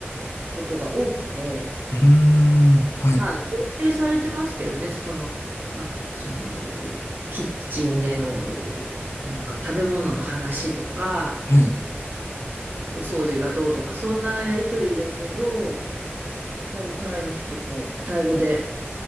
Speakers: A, on the right (about 45°); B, on the left (about 80°).
A: ことが多くて、
B: うーん。はい。
A: まあ、限定されてますけどね、その、まあ、その、キッチンでの、なんか食べ物の話とか、
B: はい。
A: お掃除がどうとか、そんなやりとりだけど、やっぱりタイの人とタイ語で